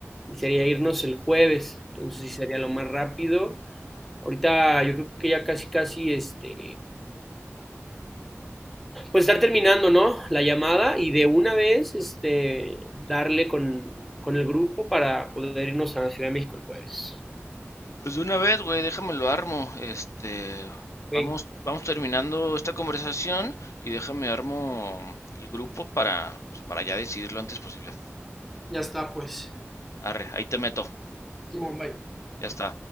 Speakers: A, in the centre; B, on the left.
A: y sería irnos el jueves. Entonces sí sería lo más rápido. Ahorita yo creo que ya casi casi este pues estar terminando, ¿no? La llamada y de una vez este darle con con el grupo para poder irnos a Ciudad de México el jueves.
B: Pues de una vez, güey, déjame lo armo. Este, vamos,
A: Ok.
B: vamos terminando esta conversación y déjame armo el grupo para, pues, para ya decidirlo antes posible.
A: Ya está, pues.
B: Arre, ahí te meto.
A: Simón, bye.
B: Ya está.